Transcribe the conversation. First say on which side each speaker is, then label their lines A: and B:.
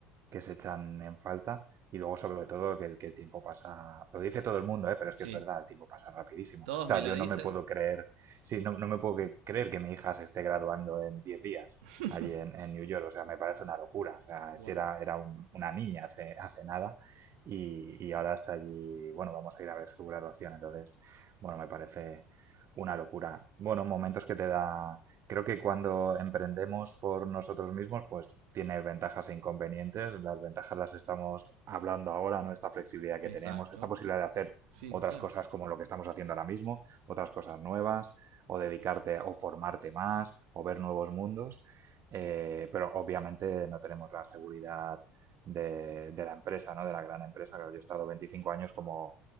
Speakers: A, on the right; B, on the right.
A: que se echan en falta y luego sobre todo que el que el tiempo pasa, lo dice
B: Pasa.
A: todo el mundo, ¿eh? pero es
B: Sí,
A: que es verdad, el tiempo pasa rapidísimo.
B: todos
A: O sea,
B: me lo
A: yo
B: dicen.
A: no me puedo creer, sí, no, no me puedo que- creer que mi hija se esté graduando en 10 días
B: <laughs>
A: allí en, en New York, o sea, me parece una locura, o sea,
B: wow.
A: si era, era un- una niña hace, hace nada y, y ahora está allí, bueno, vamos a ir a ver su graduación, entonces, bueno, me parece una locura. Bueno, momentos que te da Creo que cuando emprendemos por nosotros mismos, pues tiene ventajas e inconvenientes. Las ventajas las estamos hablando ahora, ¿no? Esta flexibilidad
B: Exacto.
A: que tenemos, esta posibilidad de hacer
B: Sí,
A: otras
B: claro.
A: cosas como lo que estamos haciendo ahora mismo, otras cosas nuevas, o dedicarte o formarte más, o ver nuevos mundos. Eh, pero obviamente no tenemos la seguridad de, de la empresa, ¿no? De la gran empresa. Claro, yo he estado 25 años como